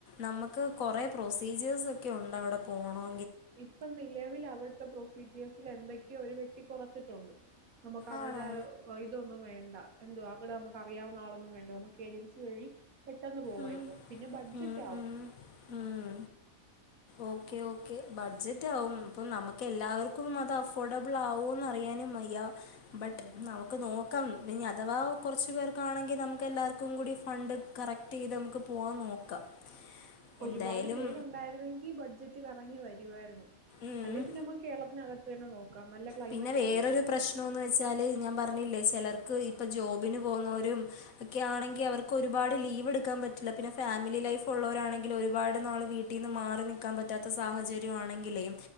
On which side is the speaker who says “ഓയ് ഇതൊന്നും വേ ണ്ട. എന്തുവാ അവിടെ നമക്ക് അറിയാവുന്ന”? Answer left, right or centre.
Right